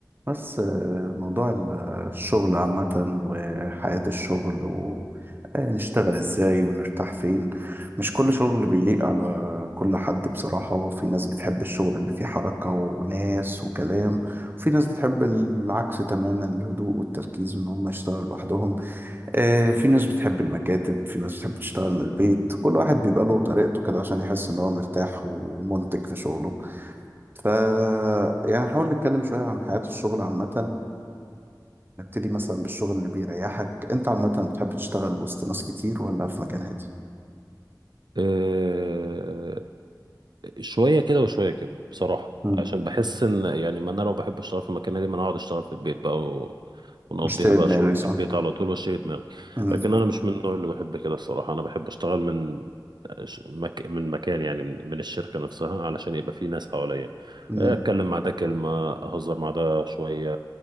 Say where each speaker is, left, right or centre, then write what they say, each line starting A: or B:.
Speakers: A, on the right; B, on the right.
A: بس آه، موضوع ال- الشغل عامة وحياة الشغل ونشتغل ازاي ونرتاح فين مش كل شغل بيليق على كل حد بصراحة وفي ناس بتحب الشغل اللي فيه حركة وناس وكلام وفي ناس بتحب العكس تماما الهدوء والتركيز وان هم يشتغلوا لوحدهم آه،
B: مم.
A: في ناس بتحب المكاتب في ناس بتحب تشتغل من البيت كل واحد بيبقى له طريقته كده عشان يحس ان هو مرتاح ومنتج في شغله ف يعني نحاول نتكلم شوية عن حياة الشغل عامة ونبتدي مثلا بالشغل اللي بيريحك انت عامة بتحب تشتغل وسط ناس كتير ولا في مكان هادي؟
B: آه، شوية كده وشوية كده بصراحة
A: مم.
B: عشان بحس ان يعني ما انا لو بحب اشتغل في المكان دي ما انا هقعد اشتغل في البيت بقى و- ونقضيها
A: مشتري
B: بقى
A: دماغي
B: شغل من
A: صح؟
B: البيت على طول واشيل دماغي
A: مم.
B: لكن انا مش من النوع اللي بحب كده الصراحة انا بحب اشتغل من ش- مك... من مكان يعني من من الشركة نفسها علشان يبقى في ناس حواليا
A: مم.
B: اتكلم مع ده كلمة اهزر مع ده شوية